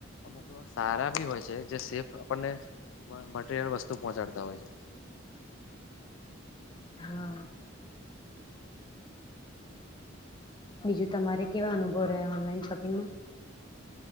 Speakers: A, on the left; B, on the left.
A: અમુક સારા બી હોય છે જે સેફ આપણને મટીરિયલ વસ્તુ પહોંચાડતા હોય છે.
B: હા બીજું તમારે કેવા અનુભવ રહ્યા ઓનલાઈન શોપિંગમાં?